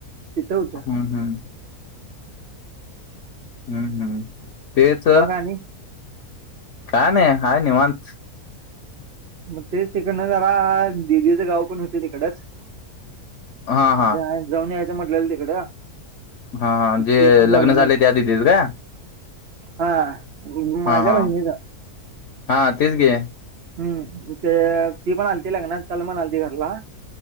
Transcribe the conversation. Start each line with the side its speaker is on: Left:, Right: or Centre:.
Right: तिथं होतं
Left: हम हम. हम्म हम्म तेच
Right: मग आणि
Left: काय नाही हाय निवांत.
Right: मग तेच तिकडनं जरा दिदीचं गाव पण होत तिकडच
Left: हा हा
Right: जा जाऊन यायचं म्हटलेलं तिकडं
Left: हां जे
Right: ते पण
Left: लग्न
Right: झालं नाही
Left: झालय त्या दिदीच का?
Right: हा माझ्या
Left: हा हा
Right: बहिणीच.
Left: हा तेच की.
Right: हम्म ते ती पण आलती लग्नात चला म्हणालती घरला